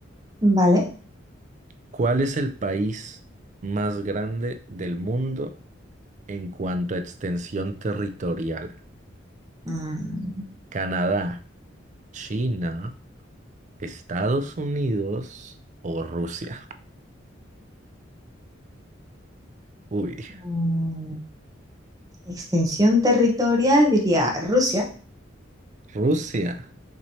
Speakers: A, on the right; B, on the right.
A: Vale.
B: ¿Cuál es el país más grande del mundo En cuanto a extensión territorial,
A: Mm,
B: Canadá, China, Estados Unidos o Rusia. Uy,
A: Mm, extensión territorial, diría Rusia.
B: Rusia.